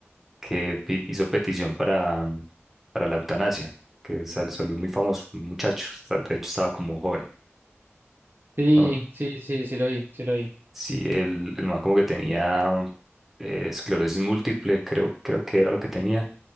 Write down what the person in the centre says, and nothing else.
que pi- hizo petición para, mm, para la eutanasia, que sal- salió muy famoso, un muchacho, está- de hecho estaba como joven.
¿no?
Sí, el, el man como que tenía eh, esclerosis múltiple, creo, creo que era lo que tenía,